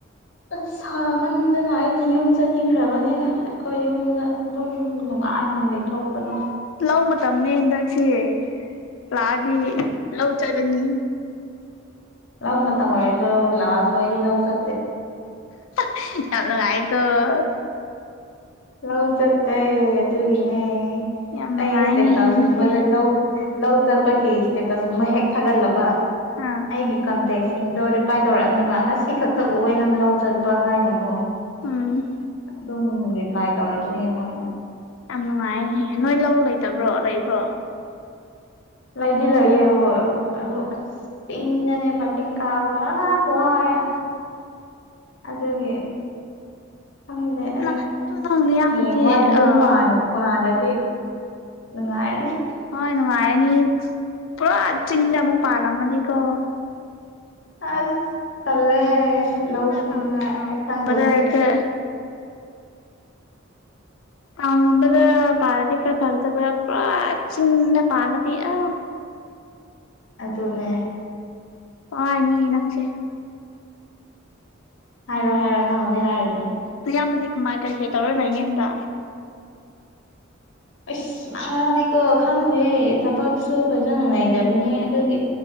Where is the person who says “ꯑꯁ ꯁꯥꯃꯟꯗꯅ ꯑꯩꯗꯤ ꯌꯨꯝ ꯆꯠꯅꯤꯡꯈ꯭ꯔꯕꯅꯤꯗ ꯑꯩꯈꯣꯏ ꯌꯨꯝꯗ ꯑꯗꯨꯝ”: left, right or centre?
Left